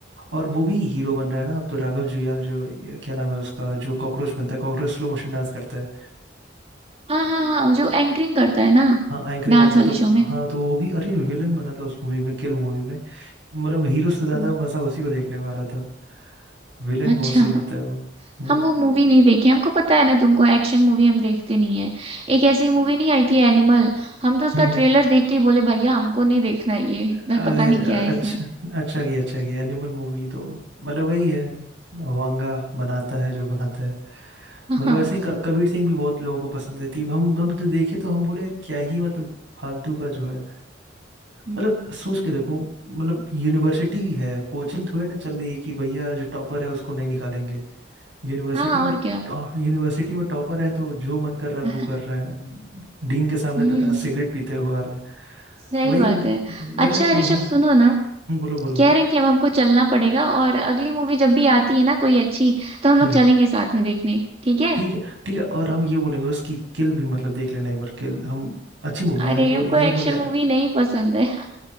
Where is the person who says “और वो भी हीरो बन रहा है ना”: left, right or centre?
Right